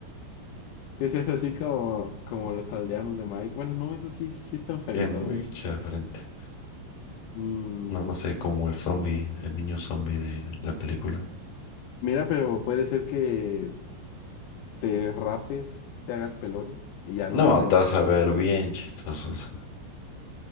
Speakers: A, on the left; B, on the left.
A: Ese es así como, como los aldeanos de Mike. Bueno, no, eso sí, sí están frentones.
B: Tienen mucha frente.
A: Mm,
B: No, no sé, como el zombie, el niño zombie de la película.
A: mira, pero puede ser que te rapes, te hagas pelón y ya no
B: No,
A: noten
B: te
A: la
B: vas
A: diferencia.
B: a ver bien chistoso. o sea.